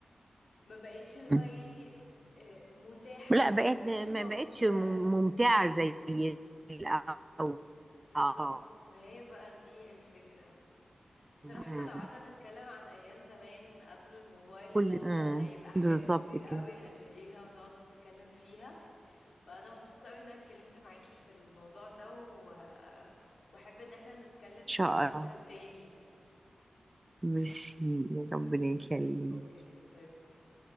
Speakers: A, on the left; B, on the right.
A: ما بقيتش اللي هو
B: مم.
A: ايه آه، متاحة
B: لا
A: أو
B: بقت
A: ما بقيتش موجودة
B: ما بقتش مم- ممتعه زي الاول
A: بالظبط
B: اه
A: ما هي بقى دي الفكرة بصراحة
B: مم.
A: احنا لو قعدنا نتكلم عن أيام زمان قبل الموبايل
B: كل
A: ه-
B: مم.
A: هيبقى حاجات
B: بالظبط
A: كتير
B: كده
A: قوي
B: ان
A: هنلاقيها ونقعد نتكلم فيها فأنا مبسوطة قوي إن أنا اتكلمت معاكي في الموضوع ده و... وأحب إن احنا نتكلم فيه
B: شاء
A: أكتر
B: الله
A: تاني
B: ميرسي يا ربنا
A: ميرسي
B: يخليك
A: أوكي باي باي